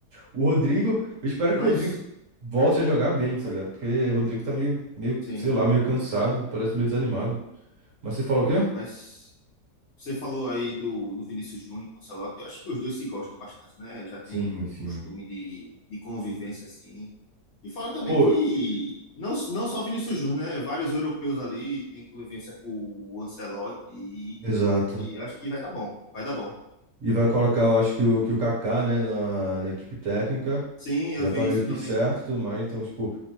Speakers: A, on the right; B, on the left.
A: O Rodrigo, eu espero
B: Mas,
A: que o Rodrigo volte a jogar bem, tá ligado? Porque o Rodrigo tá meio, meio,
B: sim,
A: sei lá, meio cansado, parece meio desanimado. Mas você falou o quê?
B: mas. Você falou aí do, do Vinícius Júnior com o Ancelotti. Eu acho que os dois se gostam bastante, né? Já tem
A: Sim, sim.
B: costume de, de convivência assim. E fora também
A: Pô,
B: que não, não só o Vinícius Júnior, né? Vários europeus ali têm convivência com o Ancelotti e,
A: exato.
B: e acho que vai dar bom. Vai dar bom.
A: E vai colocar, eu acho que o, que o Kaká, né, na, na equipe técnica,
B: Sim, eu
A: já
B: vi
A: tá meio
B: isso
A: que
B: também.
A: certo e tudo mais. Então, tipo,